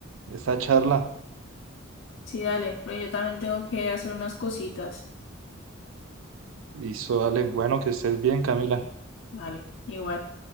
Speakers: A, on the right; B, on the left.
A: esta charla.
B: Sí, dale, pero yo también tengo que hacer unas cositas.
A: Y eso, dale, bueno, que estés bien, Camila.
B: Vale, igual.